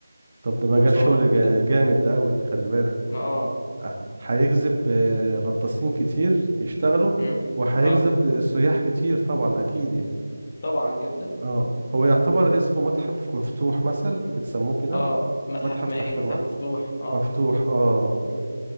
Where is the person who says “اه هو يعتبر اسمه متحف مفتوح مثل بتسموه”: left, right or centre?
Right